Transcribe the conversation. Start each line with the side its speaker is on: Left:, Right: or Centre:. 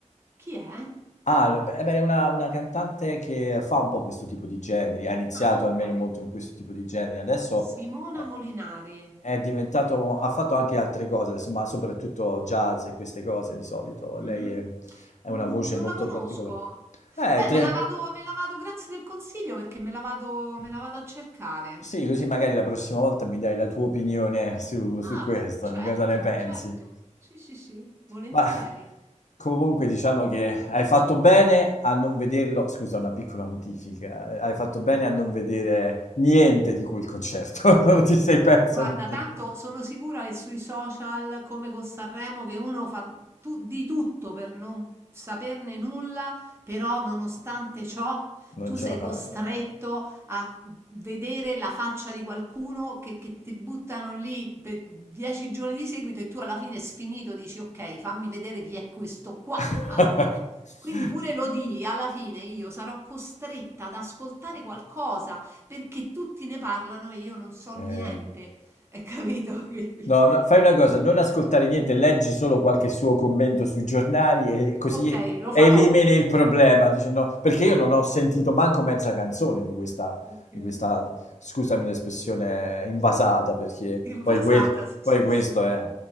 Right: Chi è? Ah,
Left: Ah, lo- beh, è una, una cantante che fa un po' questo tipo di generi, ha iniziato
Right: ok.
Left: almeno molto con questo tipo di generi, adesso
Right: Simona
Left: eh,
Right: Molinari.
Left: è diventato, ha fatto anche altre cose, insomma, soprattutto jazz e queste cose di solito. Lei
Right: Mhm.
Left: è, è una
Right: Mm,
Left: voce
Right: Non
Left: molto
Right: la conosco.
Left: particolare. Eh,
Right: Beh,
Left: tre.
Right: me la vado, me la vado, grazie del consiglio perché me la vado, me la vado a cercare.
Left: Sì, così magari la prossima volta mi dai la tua opinione su, su
Right: Ah,
Left: questo,
Right: certo,
Left: di cosa ne pensi.
Right: certo. Sì, sì, sì, volentieri.
Left: Ma Comunque diciamo che hai fatto bene a non vederlo, scusa, una piccola notifica, eh, hai fatto bene a non vedere niente di quel concerto, <laughs> non ti sei perso
Right: Guarda,
Left: niente.
Right: tanto sono sicura che sui social, come con Sanremo, che uno fa tu- di tutto per non saperne nulla, però nonostante ciò
Left: Non
Right: tu
Left: ce
Right: sei
Left: la
Right: costretto
Left: fai.
Right: a vedere la faccia di qualcuno che, che ti buttano lì per dieci giorni di seguito e tu alla fine sfinito dici ok, fammi vedere chi è questo qua
Left: <laughs>
Right: alla fine. Quindi pure lo di, alla fine io sarò costretta ad ascoltare qualcosa perché tutti ne parlano e io non so niente.
Left: Eh.
Right: Hai capito? <laughs> Quindi,
Left: No, no, fai una cosa, non ascoltare niente, leggi solo qualche suo commento sui giornali e così
Right: ok, lo
Left: elimini
Right: farò.
Left: il problema. Dici, no, perché io non ho sentito manco mezza canzone di questa,
Right: ok.
Left: di questa- scusami l'espressione, invasata, perché
Right: Invasata,
Left: poi, que-
Right: sì,
Left: poi questo
Right: sì, sì.
Left: è...